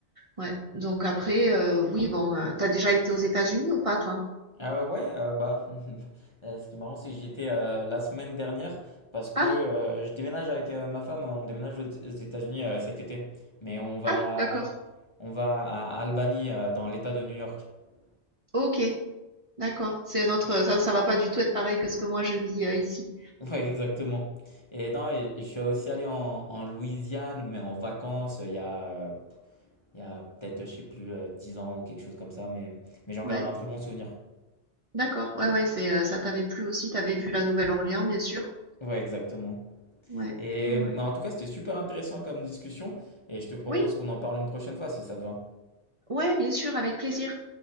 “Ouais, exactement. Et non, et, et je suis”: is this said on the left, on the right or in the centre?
Left